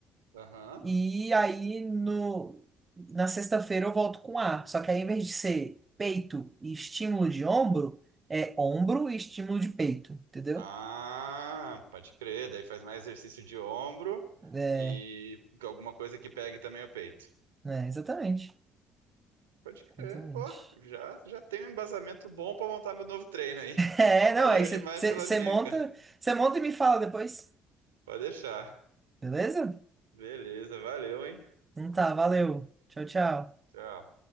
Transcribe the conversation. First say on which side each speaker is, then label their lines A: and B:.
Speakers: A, on the right; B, on the right.
A: aham.
B: E aí no, na sexta-feira eu volto com A. Só que aí, em vez de ser peito e estímulo de ombro, é ombro e estímulo de peito, entendeu?
A: Ah, pode crer. Daí faz mais exercício de ombro
B: É,
A: e alguma coisa que pegue também o peito.
B: é, exatamente.
A: Pode crer.
B: Exatamente.
A: Pô, já,
B: <laughs>
A: já tem um embasamento bom pra montar meu novo treino aí.
B: É,
A: Valeu
B: não, aí você
A: demais pelas dicas.
B: monta, você monta e me fala depois,
A: Pode deixar.
B: beleza?
A: Beleza, valeu, hein?
B: Então tá, valeu. Tchau, tchau.
A: Tchau.